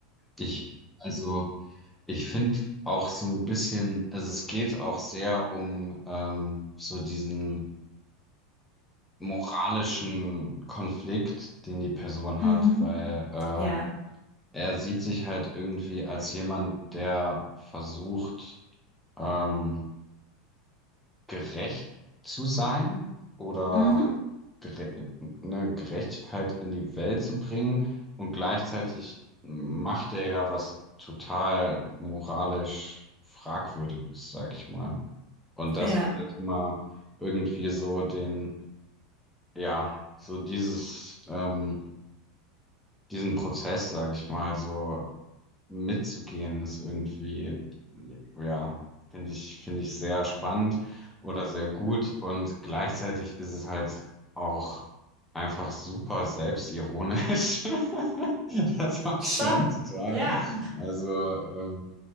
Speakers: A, in the centre; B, on the right.
A: ich, also, ich finde auch so ein bisschen, also es geht auch sehr um ähm, so diesen moralischen Konflikt, den die Person
B: mhm.
A: hat, weil äh,
B: ja.
A: Er sieht sich halt irgendwie als jemand, der versucht, ähm, gerecht zu sein oder
B: Mhm.
A: gere ne, Gerechtigkeit in die Welt zu bringen. Und gleichzeitig macht er ja was total moralisch Fragwürdiges, sag ich mal. Und das
B: Ja.
A: ist halt immer irgendwie so den, ja, so dieses, ähm, diesen Prozess, sag ich mal, so mitzugehen, ist irgendwie, ja, finde ich, finde ich sehr spannend oder sehr gut. Und gleichzeitig ist es halt auch einfach super selbstironisch. <laughs> Das mag
B: Schon.
A: ich ja auch total.
B: Ja.
A: Also, ähm,